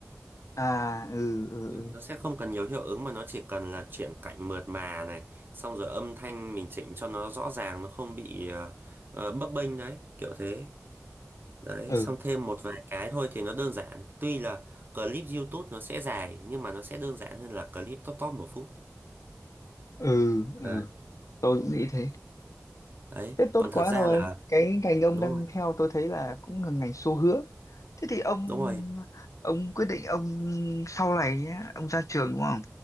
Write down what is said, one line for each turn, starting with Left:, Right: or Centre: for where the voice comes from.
Left: à ừ ừ ừ
Right: nó sẽ không cần nhiều hiệu ứng mà nó chỉ cần là chuyển cảnh mượt mà này xong rồi âm thanh mình chỉnh cho nó rõ ràng nó không bị ờ, ờ, bấp bênh đấy kiểu thế đấy
Left: ừ
Right: xong thêm một vài cái thôi thì nó đơn giản tuy là clip YouTube nó sẽ dài nhưng mà nó sẽ đơn giản hơn là clip top top một phút
Left: ừ ừ.
Right: đấy
Left: tôi cũng nghĩ thế
Right: Đấy.
Left: Thế tốt
Right: còn
Left: quá
Right: thật ra
Left: rồi.
Right: là
Left: Cái ngành ông
Right: đúng
Left: đang
Right: rồi
Left: theo tôi thấy là cũng là ngành xu hướng. Thế thì ông
Right: đúng rồi
Left: ông quyết định ông sau này nhé, ông ra trường đúng không?